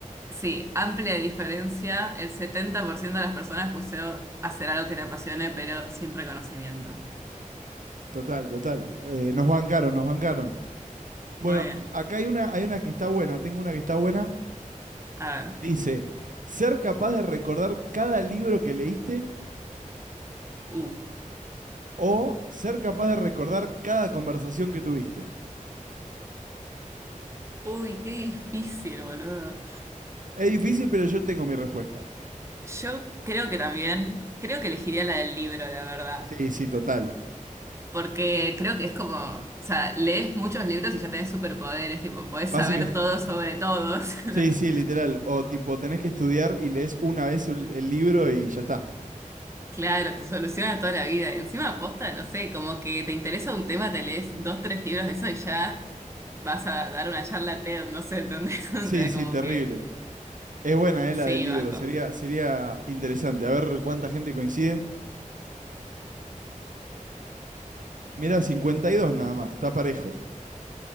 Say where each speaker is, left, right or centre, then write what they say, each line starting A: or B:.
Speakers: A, on the right (about 20°); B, on the right (about 70°).
A: sí, amplia diferencia. El 70% de las personas puso hacer algo que te apasione, pero sin reconocimiento.
B: total, total. Eh, nos bancaron, nos bancaron. Bueno,
A: Muy bien.
B: acá hay una, hay una que está buena. Tengo una que está buena.
A: A ver.
B: Dice, ser capaz de recordar cada libro que leíste
A: Uh,
B: o ser capaz de recordar cada conversación que tuviste.
A: uy, qué difícil, boludo.
B: Es difícil, pero yo tengo mi respuesta.
A: Yo creo que también, creo que elegiría la del libro, la verdad.
B: Sí, sí, total.
A: Porque creo que es como, o sea, lees muchos libros y ya tenés superpoderes, tipo, podés
B: Básica.
A: saber
B: <laughs>
A: todo sobre todos.
B: Sí, sí,
A: <laughs>
B: literal. O tipo, tenés que estudiar y lees una vez el el libro y ya está.
A: Claro, te soluciona toda la vida. Encima, aposta, no sé, como que te interesa un tema, te lees dos, tres libros de eso y ya vas a dar una charla TED, no sé, ¿entendés? <laughs> O
B: Sí,
A: sea,
B: sí,
A: como
B: terrible.
A: que
B: Es buena, eh,
A: sí,
B: la del libro.
A: banco.
B: Sería, sería interesante. A ver cuánta gente coincide. Mira, 52 nada más. Está parejo.